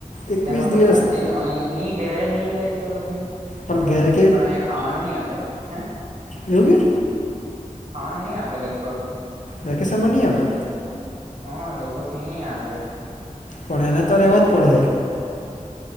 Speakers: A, on the left; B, on the right.
A: એકવીસ
B: તેમાં પછ
A: દિવસ
B: કન્ટિન્યુ અ નહી ઘેરે નહી જાય તો પાહિ
A: પણ
B: ખબર
A: ઘેર
B: નહી
A: કે
B: પણ અહીયાંયા ખાવાનું નહ આપે હે.
A: યોગી.
B: ખાવાનું નહી આપે લગભગ.
A: વેકેશન માં ની આપે.
B: હા લગભગ નહી આપે.
A: પણ એને તો રહેવા જ પડશે.